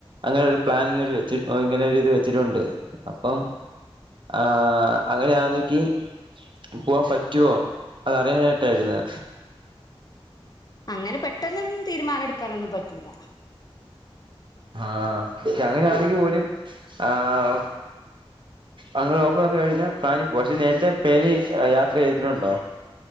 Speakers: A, on the right; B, on the left.
A: അങ്ങനെ ഒരു പ്ലാനിങ് അവര് വെച്ച് ഓര് ഇത് വെച്ചിട്ടുണ്ട് അപ്പം. ആഹ്. അങ്ങനെ ആണെങ്കിൽ പോവാൻ പറ്റുവോ, അതറിയാനാട്ടായിരുന്നു.
B: അങ്ങനെ പെട്ടെന്നൊന്നും തീരുമാനം എടുക്കാനൊന്നും പറ്റൂല.
A: ആഹ് സമയം ആണെങ്കിൽ പോലും ആഹ്. അങ്ങനെ ഓഫർ വന്നു കഴിഞ്ഞാൽ പ്ലാനിൽ പോവും പക്ഷെ നേരത്തെ പ്ലെയിനി യാത്ര ചെയ്തിട്ടുണ്ടോ?